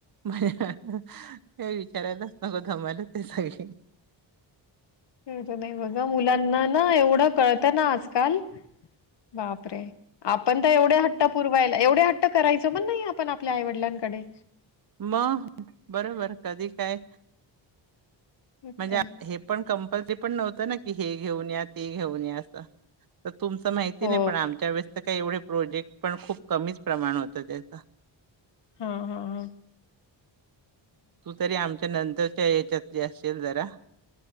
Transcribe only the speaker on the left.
खर नाही बघा मुलांना ना एवढा कळत ना आजकाल बापरे. आपण तर एवढ्या हट्ट पुरवायला एवढे हट्ट. करायचं मण नाही आपण आपल्या आईवडिलांकडे.
मग
काय
हो
हा हा हा.